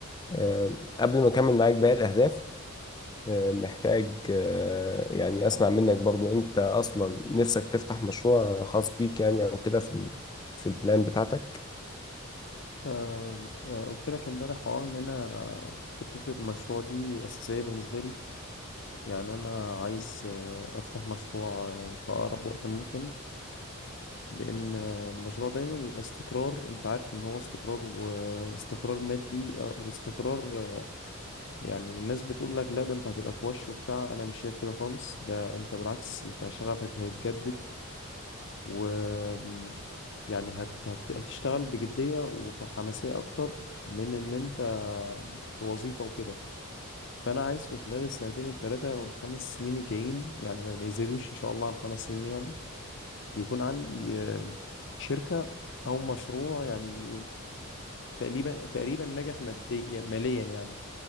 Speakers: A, on the left; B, on the left.
A: آه، قبل ما اكمل معاك باقي الاهداف آه، محتاج آه، يعني اسمع منك برضو انت اصلا نفسك تفتح مشروع خاص بيك يعني او كده في ال- في البلان بتاعتك
B: آه، آه، قلت لك امبارح اه ان انا آه، حته المشروع دي اساسيه بالنسبه لي يعني انا عايز آه، افتح مشروع آه، في اقرب وقت ممكن لأن المشروع دايما بيبقى استقرار أنت عارف إن هو استقرار واستقرار مادي آه، واستقرار آه، يعني الناس بتقول لك لا ده أنت هتبقى في وش وبتاع أنا مش شايف كده خالص ده أنت بالعكس أنت شغفك هيتجدد و يعني هت... هت... هتشتغل بجدية وبحماسية أكتر من إن أنت في وظيفة وكده فأنا عايز في خلال السنتين التلاتة والخمس سنين الجايين يعني ما ما يزيدوش إن شاء الله عن خمس سنين يعني ويكون عندي آه، شركة أو مشروع يعني تقريبا تقريبا ناجح ماديا ماليا يعني